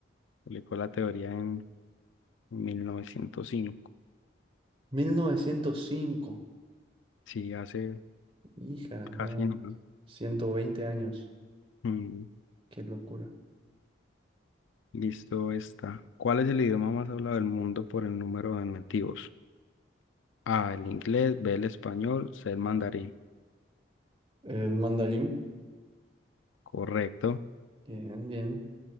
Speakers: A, on the left (about 85°); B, on the right (about 30°).
A: Publicó la teoría en 1905.
B: mil novecientos cinco
A: Sí, hace
B: Hija, más
A: casi nada.
B: 120 años.
A: Mm,
B: Qué locura.
A: Listo, está. ¿Cuál es el idioma más hablado del mundo por el número de nativos? A, el inglés, B, el español, C, el mandarín.
B: El mandarín.
A: Correcto.
B: Bien, bien.